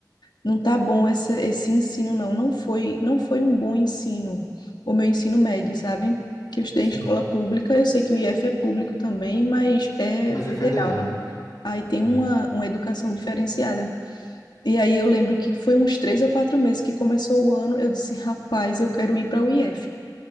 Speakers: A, on the left; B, on the left.
A: não tá bom essa, esse ensino, não, não foi, não foi um bom ensino, o meu ensino médio, sabe? Que eu estudei
B: Sim.
A: em escola pública, eu sei que o IF é público também, mas é
B: Mas
A: federal,
B: é federal,
A: né?
B: né?
A: Aí tem uma,
B: É,
A: uma educação diferenciada. E aí eu lembro que foi uns três ou quatro meses que começou o ano, eu disse, rapaz, eu quero ir para o IF.